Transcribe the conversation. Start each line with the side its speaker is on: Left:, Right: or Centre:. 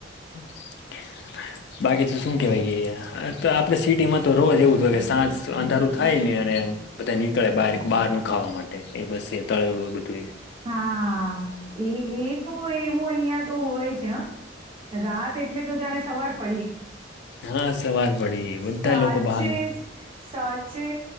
Left: <inaudible> બાકી તો શું કેહેવાય કે તો આપડે સિટી માં તો રોજ એવું થય કે સાંજ અંધારું થાય ને અને- બધા નીકળે બ બહાર નું ખાવા માટે એ બસ એ તળડું બધું એ.
Right: હા એ એ તો એવું અહિયાં તો હોય છે, રાત એટલે તો જાને સવાર પડી.
Left: હા સવાર પડી
Right: સાચે
Left: બધા લોકો બહાર
Right: જ સાચે.